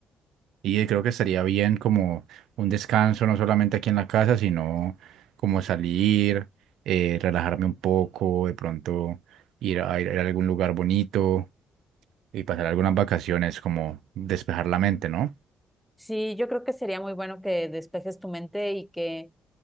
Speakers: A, on the right; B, in the centre.
A: Y creo que estaría bien como un descanso, no solamente aquí en la casa, sino como salir, eh, relajarme un poco, de pronto ir a, ir a algún lugar bonito y pasar algunas vacaciones, como despejar la mente, ¿no?
B: Sí, yo creo que sería muy bueno que despejes tu mente y que